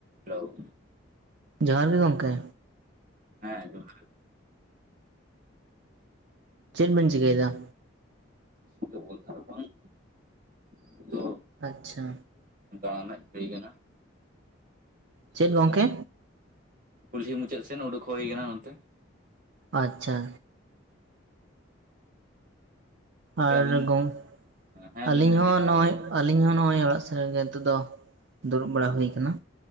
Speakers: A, on the right; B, on the right.
A: Hello.
B: ᱡᱚᱦᱟᱨ ᱜᱤ ᱜᱚᱝᱠᱮ᱾
A: ᱦᱮᱸ ᱟᱡᱚᱢ
B: ᱪᱮᱫ ᱵᱮᱱ ᱪᱤᱠᱟᱹᱭᱮᱫᱟ?
A: <unintelligible> ᱛᱚ
B: ᱟᱪᱪᱷᱟ
A: ᱫᱟᱬᱟᱱᱟᱱᱜ ᱞᱟᱹᱭ ᱠᱟᱱᱟ
B: ᱪᱮᱫ
A: ᱪᱮᱜ
B: ᱜᱚᱢᱠᱮ
A: ᱥᱮᱱ ᱠᱩᱞᱦᱤ ᱢᱩᱪᱟᱹᱜ ᱥᱮᱱ ᱩᱰᱩᱠᱽ ᱦᱩᱭ ᱠᱟᱱᱟ ᱚᱱᱛᱮ᱾
B: ᱟᱪᱪᱷᱟ ᱟᱨ
A: ᱟᱹᱵᱤᱱ
B: ᱜᱚᱝ
A: ᱦᱮᱸ
B: ᱟᱹᱞᱤᱧ
A: ᱞᱟᱹᱭ ᱢᱮᱱᱫᱟᱹᱧ
B: ᱦᱚᱸ ᱱᱚᱜᱚᱭ ᱟᱞᱤᱧ ᱦᱚᱸ ᱱᱚᱜᱚᱭ ᱚᱲᱟᱜ ᱥᱮᱜ ᱨᱮᱜᱮ ᱱᱤᱛᱚᱜᱫᱚ ᱫᱩᱲᱩᱵ ᱵᱟᱲᱟ ᱦᱩᱭ ᱟᱠᱟᱱᱟ᱾